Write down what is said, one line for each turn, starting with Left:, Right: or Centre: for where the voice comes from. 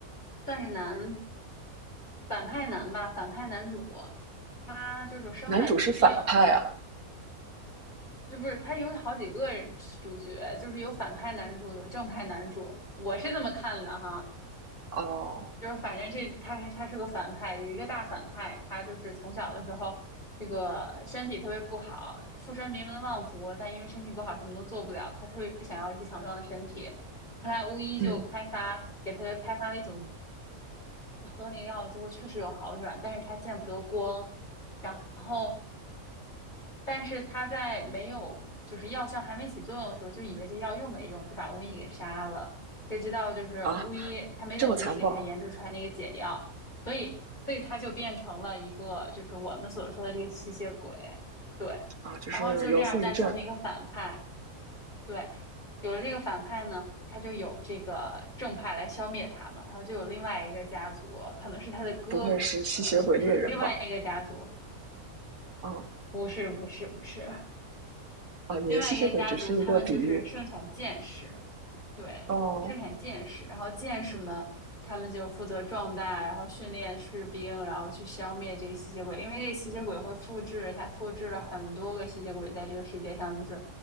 Left: 算是男反派男吧，反派男主，他就是身患疾病。
Right: 男主是反派啊？
Left: 这不是他有好几个主角，就是有反派男主，有正派男主，我是这么看的哈。
Right: 哦，
Left: 就是反正这他他是个反派，有一个大反派，他就是从小的时候这个身体特别不好，出身名门望族，但因为身体不好什么都做不了，他特别想要一副强壮的身体。后来巫医就开发给他开发了一种
Right: 嗯
Left: 喝那个药了之后确实有好转，但是他见不得光，然后。但是他在没有就是药效还没起作用的时候，就以为这药又没用，就把巫医给杀了。谁知道就是巫医，
Right: 啊，
Left: 他没等巫医给他研制出来那个解药，
Right: 这么残暴
Left: 所以所以他就变成了一个就是我们所说的这个吸血鬼，对。
Right: 啊，就是有后遗症。
Left: 然后就这样诞生了一个反派，对，有了这个反派呢，他就有这个正派来消灭他嘛，然后就有另外一个家族，可能是他的哥，
Right: 不会是吸血鬼猎人吧？
Left: 呃，不是，另外一个家族，
Right: 哦
Left: 不是，不是，不是，
Right: 哦，你的吸血鬼只是一个比喻。
Left: 另外一个家族，他们就是盛产剑士，对，
Right: 哦
Left: 盛产剑士，然后剑士们他们就负责壮大，然后训练士兵，然后去消灭这个吸血鬼，因为这个吸血鬼会复制，他复制了很多个吸血鬼在这个世界上，就是